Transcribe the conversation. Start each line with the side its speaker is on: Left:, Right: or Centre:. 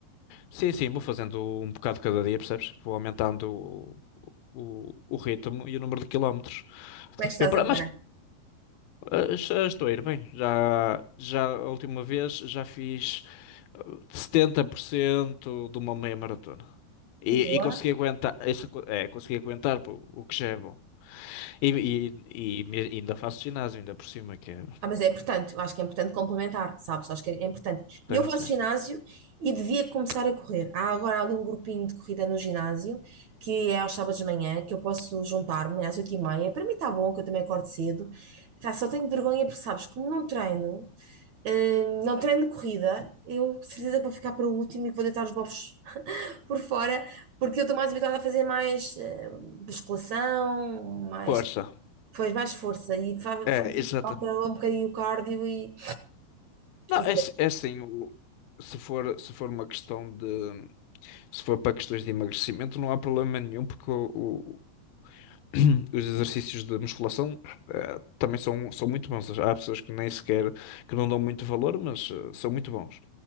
Left: Sim, sim, vou fazendo um bocado cada dia, percebes? Vou aumentando o, o, o ritmo e o número de quilómetros.
Right: Como é que estás
Left: Eu, pra-
Right: agora?
Left: mas ah, já estou a ir bem. Já, já a última vez já fiz eh, 70% de uma meia maratona. E,
Right: Boa.
Left: e consegui aguentar, isso, co- é, consegui aguentar pô, o que já é bom. E, e, e me- ainda faço ginásio, ainda por cima, que é.
Right: Ah, mas é importante, eu acho que é importante complementar, sabes? Acho que é importante. Eu
Left: Sim,
Right: faço
Left: sim.
Right: ginásio e devia começar a correr. Há agora ali um grupinho de corrida no ginásio, que é aos sábados de manhã, que eu posso juntar-me às oito e meia. Para mim está bom, que eu também acordo cedo. Tá, só tenho vergonha porque, sabes, como não treino, hum, não treino corrida, eu de certeza que vou ficar para o último e que vou deitar os bofos por fora, porque eu estou mais habituada a fazer mais eh, musculação, mais,
Left: Força.
Right: faz mais força e fa-
Left: É,
Right: faz,
Left: exatamente.
Right: falta um bocadinho o cardio e
Left: Não,
Right: às
Left: é,
Right: vezes,
Left: é assim, o- se for, se for uma questão de. Se for para questões de emagrecimento, não há problema nenhum, porque o- o- <clears throat> os exercícios de musculação eh, também são, são muito bons. Há pessoas que nem sequer, que não dão muito valor, mas eh, são muito bons.